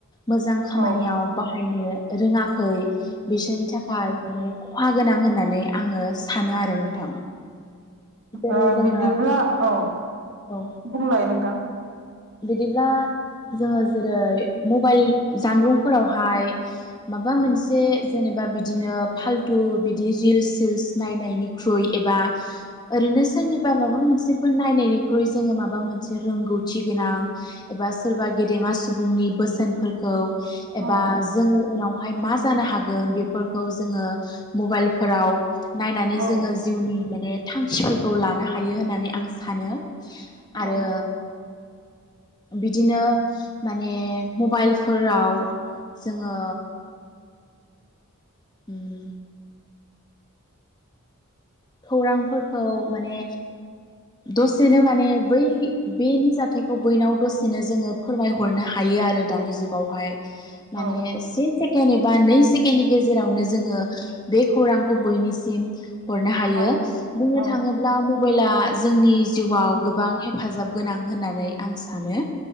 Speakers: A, on the left (about 20°); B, on the right (about 60°).
A: मोजां खामानियाव
B: औ
A: बाहायनो रोङाखै बिसनि थाखाय माने खहा गोनां होननानै आङो सानो आरो नोंथां जेरै
B: औ
A: जोङो
B: बिदिब्ला औ
A: औ
B: बुंलाय नोंथां
A: बिदिब्ला जोङो जेरै मबाइल जानबुंफोरावहाय माबा मोनसे जेनेबा बिदिनो फाल्थु बिदि रिल्स सिल्स नायनायनिख्रुइ एबा ओरैनो सोरनिबा माबा मोनसेफोर नायनायनिख्रुइ जोङो माबा मोनसे रोंगौथि गोनां एबा सोरबा गेदेमा सुबुंनि बोसोनफोरखौ एबा
B: औ
A: जोङो उनाव बेहाय मा जानो हागोन बेफोरखौ जोङो मबाइलफोराव नायनानै
B: औ
A: जोङो जिउनि माने थांखिफोरखौ लानो हायो होननानै आं सानो
B: औ
A: आरो बिदिनो माने मबाइलफोराव जोङो उम खौरांफोरखौ माने दसेनो माने बै बेनि जाथायखौ बैनाव दसेनो जोङो फोरमायहरनो हायो आरो दानि जुगावहाय माने
B: औ
A: एबा नै सेकेणडनि गेजेरावनो जोङो बे खौरांखौ बैनि सिम हरनो हायो
B: औ
A: बुंनो
B: औ
A: थाङोब्ला मबाइला जोंनि जिउआव गोबां हेफाजाब गोनां होननानै आं सानो